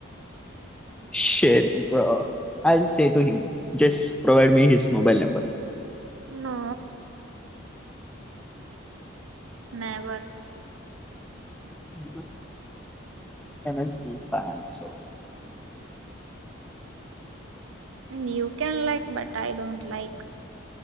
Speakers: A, in the centre; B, on the right.
A: shut bro I will said him just provide me his mobile number
B: no never
A: um M S D fan so
B: ఎమ్యూ can like but I don't like